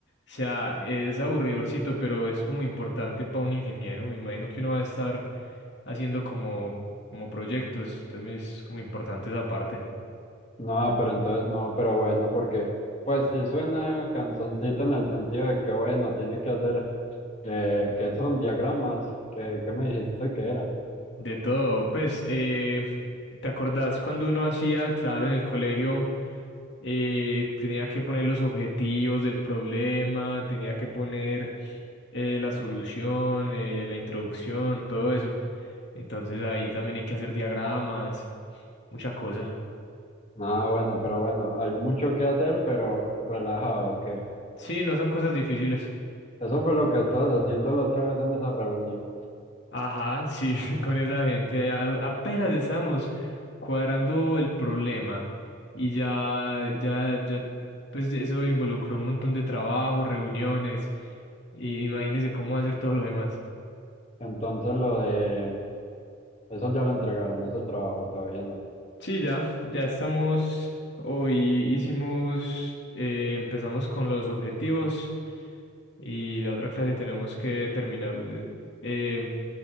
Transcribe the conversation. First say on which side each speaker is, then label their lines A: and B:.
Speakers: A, on the left; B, on the left.
A: O sea, es aburridorcito, pero es como importante para un ingeniero. Me imagino que uno va a estar haciendo como, como proyectos, entonces es como importante esa parte.
B: No, pero entonces, no, pero bueno, porque pues sí suena canzoncito en el sentido de que bueno, tiene que hacer, eh, que son diagramas, que, que me dijiste que era.
A: De todo, pues, eh, ¿te acordás cuando uno hacía, claro, en el colegio, eh, tenía que poner los objetivos del problema, tenía que poner eh, la solución, eh, la introducción, todo eso. Entonces ahí también hay que hacer diagramas, mucha cosa.
B: Ah, bueno, pero bueno, hay mucho que hacer, pero relajado, ok.
A: Sí, no son cosas difíciles.
B: Eso fue lo que estabas haciendo la otra vez en esa reunión.
A: Ajá, sí, <laughs> con esa gente a- apenas estamos cuadrando el problema y ya, ya, ya, pues eso involucró un montón de trabajo, reuniones, y imagínese cómo hacer todo lo demás.
B: Entonces lo de... Eso ya lo entregaron, ese trabajo todavía no.
A: Sí, ya, ya estamos, hoy hicimos, eh, empezamos con los objetivos. Y la otra clase tenemos que terminar. eh,